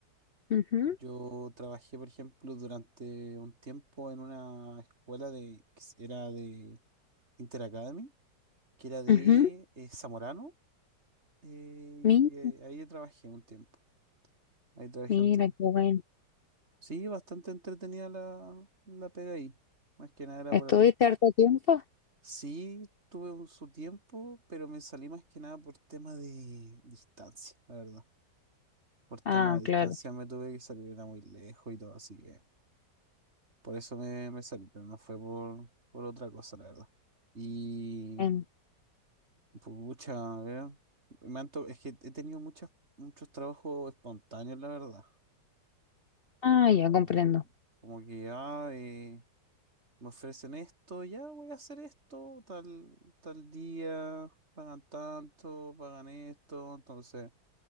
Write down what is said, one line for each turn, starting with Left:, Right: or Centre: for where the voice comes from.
Left: Ujú,
Right: Yo trabajé, por ejemplo, durante un tiempo en una escuela de, que s- era de Interacademy, que era de
Left: ujú,
Right: eh, Zamorano, eh, y
Left: mi-
Right: eh, ahí trabajé un tiempo. Ahí trabajé
Left: Mira,
Right: un tiempo.
Left: qué bueno.
Right: Sí, bastante entretenida la, la pega ahí. Más que nada era
Left: ¿Estuviste
Right: por el
Left: harto tiempo?
Right: Sí, tuve un- su tiempo, pero me salí más que nada por tema de distancia, la verdad. Por tema
Left: Ah,
Right: de distancia
Left: claro.
Right: me tuve que salir, era muy lejos y todo, así que por eso me, me salí, pero no fue por, por otra cosa, la verdad. Y,
Left: Em,
Right: pucha, a ver, me han to- es que he tenido muchas, muchos trabajos espontáneos, la verdad.
Left: Ah,
Right: Como,
Left: ya comprendo.
Right: como que, ya Me ofrecen esto, ya voy a hacer esto, tal, tal día, pagan tanto, pagan esto, entonces